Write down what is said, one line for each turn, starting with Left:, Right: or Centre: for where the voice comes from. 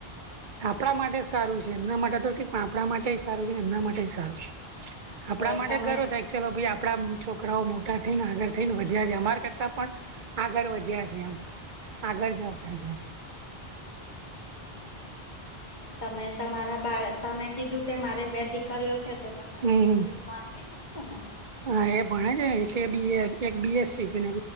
Left: બરાબર
Right: આપણા માટે સારું છે એમના માટે તો ઠીક પણ આપણા માટે સારું છે ને એમના માટે બી સારું છે.
Left: હા
Right: આપણા
Left: તો
Right: માટે
Left: તમે
Right: ગર્વ થાય ચલો ભાઈ આપણા છોકરાઓ મોટા થઈને આગળ થઈને વધ્યા છે અમારા કરતાં પણ આગળ વધ્યા છે એમ આગળ જતા છે.
Left: ઓકે. તો તમે તમારા બાળ તમે કીધું કે મારી બે દીકરીઓ છે તો તમારી
Right: હમ
Left: દીકરીઓ પણ તી જ હશે ને
Right: હા એ ભણે છે એક એ બી એ એક બીએસ સી છે ને